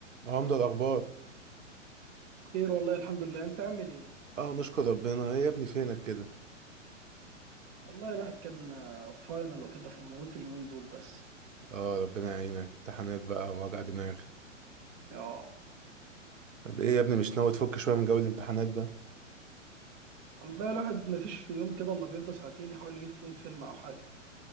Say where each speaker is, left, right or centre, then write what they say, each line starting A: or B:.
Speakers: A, on the right; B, on the right.
A: اه، عمدة الأخبار
B: خير والله الحمد لله انت عامل ايه
A: اه نشكر ربنا ايه يا ابني فينك كده
B: والله الواحد كان آه، فاينل وكده فمضغوط اليومين دول بس
A: اه ربنا يعينك امتحانات بقى ووجع دماغ
B: اه
A: طب ايه يا ابني مش ناوي تفك شوية من جو الامتحانات ده
B: والله الواحد ما فيش في يوم كده الا بيفضى ساعتين يحاول يجيب فيهم فيلم او حاجه